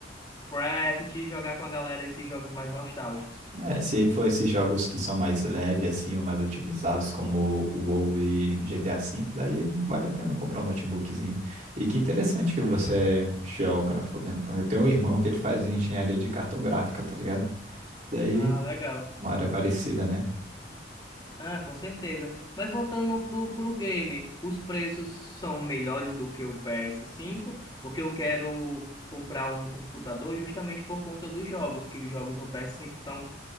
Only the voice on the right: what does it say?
É, se for esses jogos que são mais leves, assim, ou mais otimizados, como o WoW e GTA V, daí vale a pena comprar um notebookzinho. E que interessante que você é geógrafo, né? Pô, Eu tenho um irmão que ele faz engenharia de cartográfica, tá ligado? Daí,
uma área parecida, né?